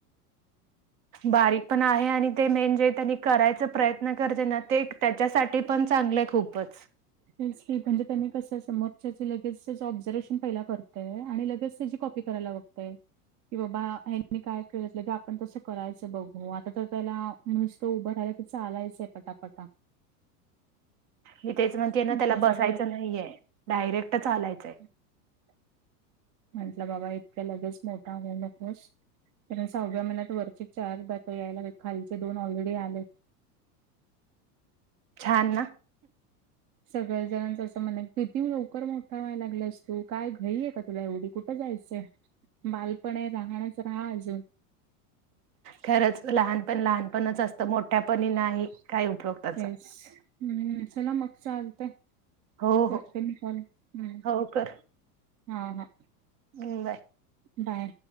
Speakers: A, on the right; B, on the right.
A: बारीक पण आहे आणि ते मेनजे त्यांनी करायचा प्रयत्न करते ना ते. त्याच्यासाठी पण चांगलंय खूपच.
B: तेी म्हणजे त्यांनी कसं समोरच्याचे लगेच त्याच ऑब्झर्वेशन पहिला करतय आणि लगेच त्याची कॉपी कराय लागत. की बाबा हनी काय कळलं की आपण तसं करायचं बघू आता तर त्याला म्हण तो उभं राहिला की चालायच आहे पटापटा.
A: मी तेच म्हणते ना
B: एका
A: त्याला बसायचं
B: जागेवर
A: नाहीये डायरेक्ट चालायचंय.
B: <unintelligible> म्हंटलं बाबा इतक्या लगेच मोठा होऊ नकोस कारण सहाव्या महिन्यात वरती चार दात यायला खालचे दोन ऑलरेडी आलेत.
A: छानना!
B: सगळं जणांच असं म्हण किती लवकर मोठा व्हाय लागला असतो काय घईे का तुला एवढी कुठ? जायचं बालपण आहे राहणच राहा अजून.
A: खरंच लहानपण लहानपणच असतं मोठ्यापणी नाही. काय उपयोग त्याचा
B: येस हम् चला मग चालतंय.
A: हो हो
B: करतल हम.
A: हो कर
B: हा हा
A: हं, बाय
B: बाय.